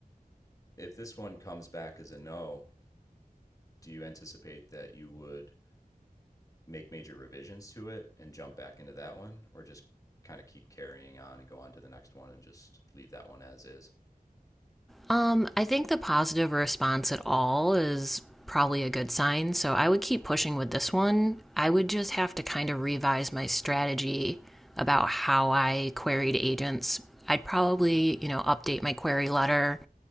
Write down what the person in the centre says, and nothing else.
Um, I think the positive response at all is probably a good sign, so I would keep pushing with this one. I would just have to kind of revise my strategy about how I queried agents. I'd probably, you know, update my query letter